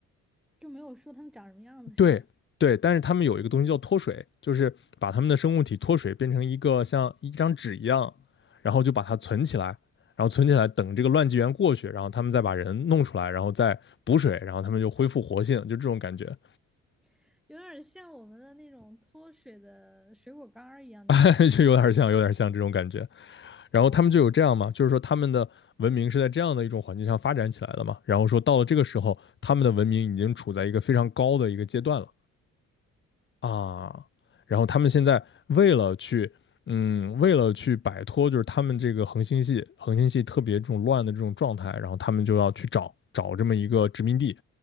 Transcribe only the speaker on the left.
对对，但是他们有一个东西叫脱水，就是把他们的生物体脱水变成一个像一张纸一样，然后就把它存起来，然后存起来等这个乱纪元过去，然后他们再把人弄出来，然后再补水，然后他们就恢复活性，就这种感觉。
<laughs> 就有点像，有点像这种感觉。然后他们就有这样嘛，
就是说他们的文明是在这样的一种环境下发展起来的嘛。然后说到了这个时候，他们的文明已经处在一个非常高的一个阶段了啊。然后他们现在为了去，嗯，为了去摆脱就是他们这个恒星系恒星系特别这种乱的这种状态，然后他们就要去找找这么一个殖民地，